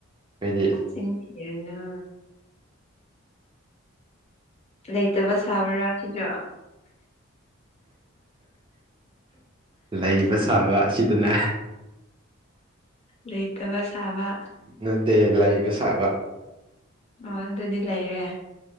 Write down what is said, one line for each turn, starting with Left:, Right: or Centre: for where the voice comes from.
Right: ꯍꯥꯏꯗꯤ
Left: ꯆꯦꯡꯕꯤꯔꯅꯨ ꯂꯩꯇꯕ ꯁꯥꯕ꯭ꯔꯥ ꯁꯤꯁꯨ
Right: ꯂꯩꯕ ꯁꯥꯕ ꯑꯁꯤꯗꯅ
Left: ꯂꯩꯇꯕ ꯁꯥꯕ
Right: ꯅꯠꯇꯦ ꯂꯩꯕ ꯁꯥꯕ
Left: ꯑꯣ ꯑꯗꯨꯗꯤ ꯂꯩꯔꯦ